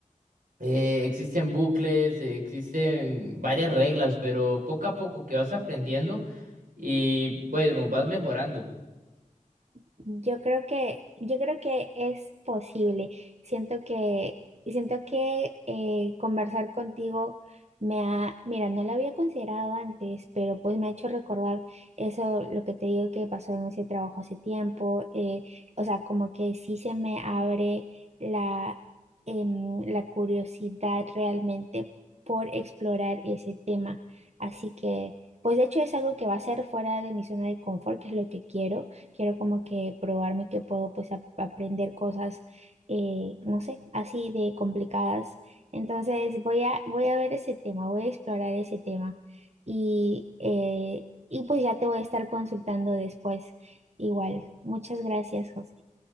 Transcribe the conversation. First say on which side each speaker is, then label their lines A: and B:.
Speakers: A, on the right (about 85°); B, on the right (about 50°).
A: eh, existen bucles, eh, existen varias reglas, pero poco a poco que vas aprendiendo y bueno, vas mejorando.
B: Yo creo que, yo creo que es posible. Siento que, siento que eh, conversar contigo me ha, mira, no lo había considerado antes, pero pues me ha hecho recordar eso, lo que te digo que pasó en ese trabajo hace tiempo. eh, o sea, como que sí se me abre la, em, la curiosidad realmente por explorar ese tema. Así que, pues de hecho es algo que va a ser fuera de mi zona de confort, que es lo que quiero quiero como que probarme que puedo pues a- aprender cosas, eh, no sé, así de complicadas. Entonces voy a, voy a ver ese tema, voy a explorar ese tema y, eh, y pues ya te voy a estar consultando después igual. Muchas gracias, José.